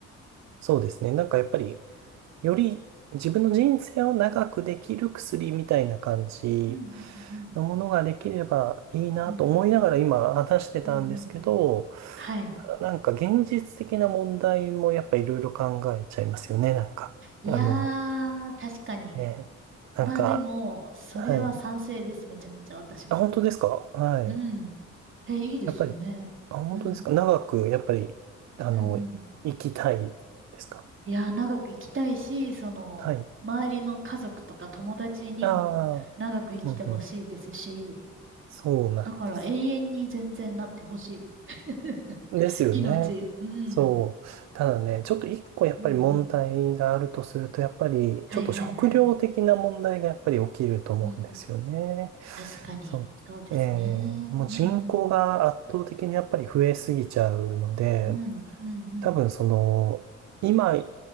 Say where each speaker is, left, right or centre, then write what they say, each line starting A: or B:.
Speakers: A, on the right (about 65°); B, on the right (about 40°).
A: そうですね。なんかやっぱり、より自分の人生を長くできる薬みたいな感じ
B: うんうんうん。
A: のものができればいいなと思いながら今話してたんですけど、
B: うんうんうんうん。はい。
A: ただなんか現実的な問題もやっぱいろいろ考えちゃいますよね、なんか。
B: いやー、
A: あの、
B: 確かに。
A: ね、なんか、
B: まあでも、それは賛成です。
A: はい。
B: めちゃめちゃ私も。
A: あ、本当ですかはい。
B: うん。え、いいですよね。
A: やっぱり、あ、本当ですか長く、
B: うん。
A: やっぱり、あの、
B: うんうん。
A: 生きたいですか
B: いやー、長く生きたいし、その、
A: はい。
B: 周りの家族とか友達にも長く生きてほしいですし、
A: ああ、うんうん。そうなんですよ
B: だから永遠に全然なってほしい。<laughs>
A: ですよね。
B: 命。うん。
A: そう。ただね、ちょっと一個やっぱり問題があるとすると、
B: うんうん。
A: やっぱりちょっと食料的な問題がやっぱり起きると思うんですよね。
B: はいはいはい。うん。確かに。
A: その、
B: そうですね。
A: えーもう人口が圧倒的にやっぱり増えすぎちゃうので、
B: うんうんうん。うんうんうん。
A: 多分その、今